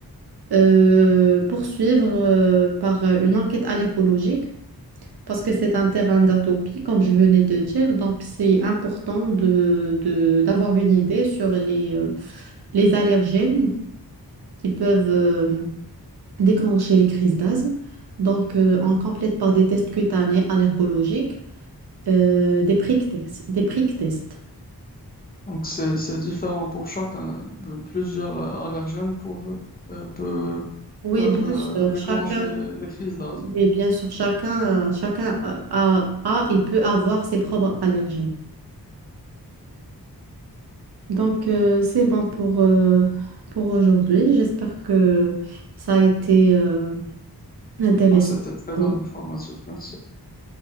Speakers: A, on the right; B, on the left.
A: euh, poursuivre euh, par une enquête allergologique parce que c'est un terrain d'atopie, comme je venais de dire. Donc, c'est important de, de- d'avoir une idée sur les, euh, les allergènes qui peuvent euh, déclencher les crises d'asthme. Donc, euh, on complète par des tests cutanés allergologiques. Euh, des prick tests, des prick tests.
B: Donc, c'est, c'est différent pour chacun. De- Plusieurs euh, allergènes peuvent, euh, peu-
A: Oui,
B: peuvent,
A: bien
B: euh,
A: sûr,
B: déclencher
A: chacun,
B: les crises d'asthme.
A: oui, bien sûr, chacun, euh, chacun a, a, a et peut avoir ses propres allergies. Donc, euh, c'est bon pour, euh, pour aujourd'hui. J'espère que ça a été euh, intéressant.
B: Ouais, C'était très
A: Bon,
B: informatif. Merci.